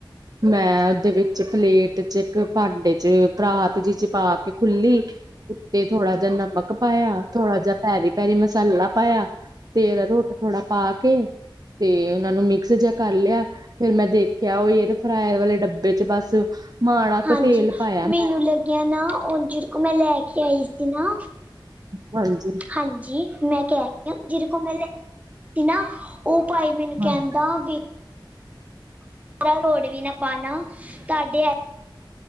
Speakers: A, on the right; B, on the right.
A: ਮੈਂ ਉਦੇ ਵਿੱਚ, ਪਲੇਟ ਚ, ਇੱਕ ਭਾਂਡੇ ਚ, ਪਰਾਤ ਚ ਪਾ ਕੇ ਖੁੱਲੀ। ਉੱਤੇ ਥੋੜਾ ਜੇਆ ਨਮਕ ਪਾਇਆ, ਥੋੜ੍ਹਾ ਜੇਆ ਭੈਰੀ-ਭੈਰੀ ਮਸਾਲਾ ਪਾਇਆ। 'ਤੇ ਫਿਰ ਰੂਟ ਥੋੜਾ ਪਾ ਕੇ, ਤੇ ਉਨਾਂ ਨੂੰ ਮਿਕਸ ਜੇਆ ਕਰ ਲਿਆ। ਫੇਰ ਮੈਂ ਦੇਖਿਆ, ਉਹ ਏਅਰ ਫਰਾਇਰ ਵਾਲੇ ਡੱਬੇ 'ਚ ਬਸ। ਮਾੜਾ
B: ਹਾਂਜੀ,
A: ਕੁ ਤੇਲ ਪਾਇਆ
B: ਮੇਨੂੰ
A: ਮੈਂ
B: ਲੱਗਿਆ ਨਾ, ਓ ਜਿਦੇ ਕੋਲੋਂ ਮੈਂ ਲੈ ਕੇ ਆਈ ਸੀ ਨਾ।
A: ਹਾਂਜੀ।
B: ਹਾਂਜੀ, ਮੈਂ ਕੈਅ ਰੀ ਆ, ਜਿਦੇ ਕੋਲੋਂ ਮੈਂ ਲੈਕੇ ਆਈ ਸੀ ਨਾ, ਉਹ ਭਾਈ ਮੈਨੂੰ
A: ਹਾਂ
B: ਕੈਂਦਾ ਬਈ ਕਲ ਰੋਡ ਵੀ ਨਾ ਪਾਨਾ, ਤੁਹਾਡੇ ਐ